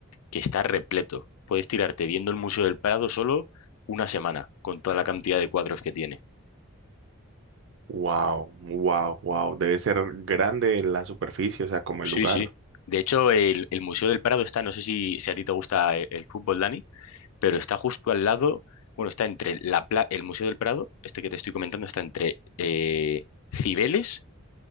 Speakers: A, on the left (about 80°); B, on the right (about 55°).
A: que está repleto. Puedes tirarte viendo el Museo del Prado solo una semana, con toda la cantidad de cuadros que tiene.
B: Wow, wow, wow. Debe ser grande la superficie, o sea, como
A: Sí,
B: el lugar.
A: sí. De hecho, el, el Museo del Prado está, no sé si, si a ti te gusta el el fútbol, Dani. pero está justo al lado, bueno, está entre la pla- el Museo del Prado, este que te estoy comentando, está entre eh, Cibeles